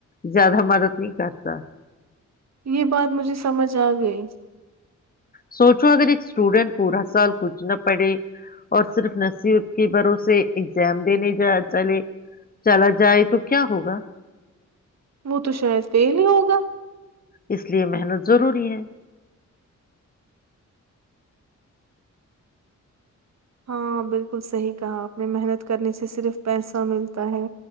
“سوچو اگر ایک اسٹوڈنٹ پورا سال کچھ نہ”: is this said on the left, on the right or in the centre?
Left